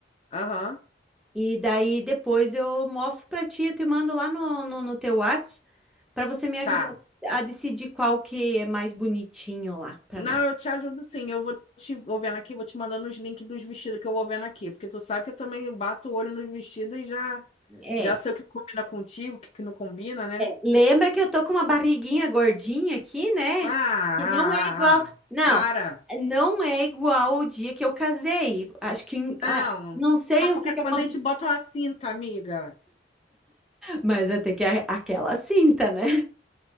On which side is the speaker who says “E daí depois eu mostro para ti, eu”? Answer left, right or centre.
Centre